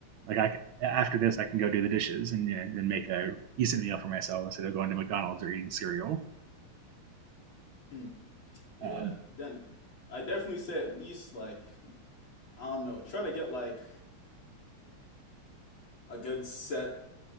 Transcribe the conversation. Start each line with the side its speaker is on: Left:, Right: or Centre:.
Right: Like I c- after this, I can go do the dishes and, you know, then make a decent meal for myself instead of going to McDonald's or eating cereal.
Left: Hmm. Yeah.
Right: Um,
Left: Then I definitely say at least like I don't know, try to get like a good set